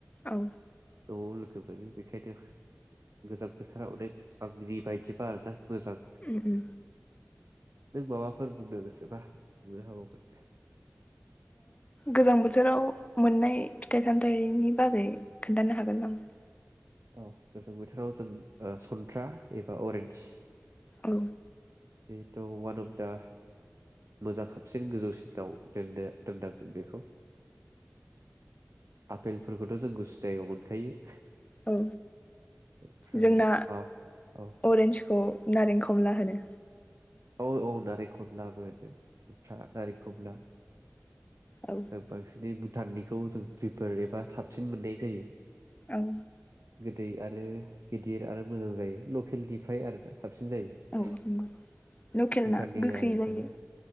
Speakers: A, on the left; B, on the right.
A: औ
B: औ लोगो मोनो बेखायनो गोजां बोथोरा अनेक आंनि बायदिबा आरोना मोजां
A: उ उ
B: नों माबाफोर बुंनो गोसोबा बुंनो हाबावगोन
A: गोजां बोथोराव मोननाय फिथाइ सामथाइनि बागै खोनथानो हागोन नामा
B: औ गोजां बोथोराव जों ओ सन्थ्रा एबा अरेन्ज
A: औ
B: बेथ वानब दा मोजां साबसिन गोजौसिनाव दोननो दोननांगोन बेखौ आफेलफोरखौथ जों गुसु जायगायाव मोनखायो
A: औ
B: ओमफ्राय
A: जोंना
B: अ औ
A: अरेन्सखौ नारें खमला हो नो
B: औ औ नारेंखमला मोनो सन्थ्रा नारेंखमला
A: औ
B: ओ बांसिनै बु थाननिखौ जों प्रिफार एबा साबसिन मोननाय जायो।
A: औ
B: गोदै आरो गिदिर आरो मोजां जायो लकेलनिफ्राय आरोना साबसिन जायो
A: औ नंगौ लकेल
B: भुटाननि
A: ना गोखै
B: नारें
A: जायो
B: खमला